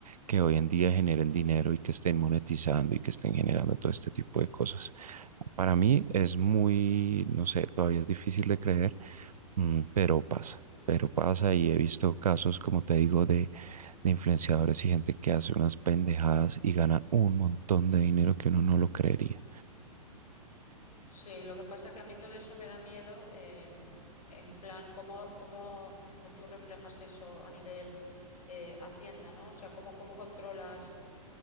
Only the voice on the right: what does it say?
que hoy en día generen dinero y que estén monetizando y que estén generando todo este tipo de cosas. Para mí es muy, no sé, todavía es difícil de creer, Mm, pero pasa, pero pasa y he visto casos, como te digo, de, de influenciadores y gente que hace unas pendejadas y gana un montón de dinero que uno no lo creería.